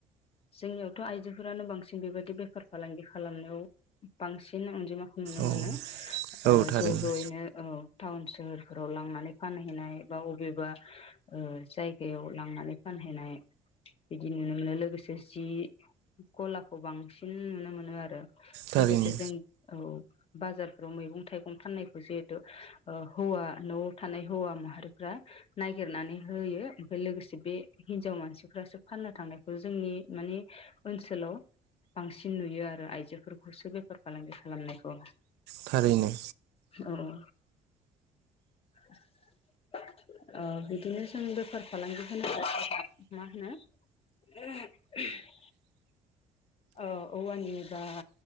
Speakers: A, on the left; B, on the right.
A: जोंनियावथ' आइजोफोरानो बांसिन बेबायदि बेफार फालांगि खालामनायाव बांसिन अनजिमा नुनो
B: औ
A: मोनो
B: औ
A: ओ
B: थारैनो
A: ज' ज'यैनो ओ। टाउन सोहोरफोराव लांनानै फानहैनाय बा अबेबा जाय गायाव लांनानै फानहैनाय। बिदि नुनो मोनो लोगोसे जि गलाखौ बांसिन नुनो मोनो आरो।
B: थारैनो
A: लोगोसे जों औ। बाजारफोराव मैगं थाइगं फाननायखौ जिहेथु हौवा न'आव थानाय हौवा माहारिफ्रा नागिरनानै होयो। लोगोसे बे हिनजाव मानसिफ्रासो फाननो थांनायखौ जोंनि माने ओनसोलाव बांसिन नुयो आरो आइजोफोरखौसो बेफार फालांगि खालामनायखौ।
B: थारैनो।
A: औ औ <unintelligible> बिदिनो जों बेफार फालांगि होनोबा मा होनो? <unintelligible> ओ औवानि बा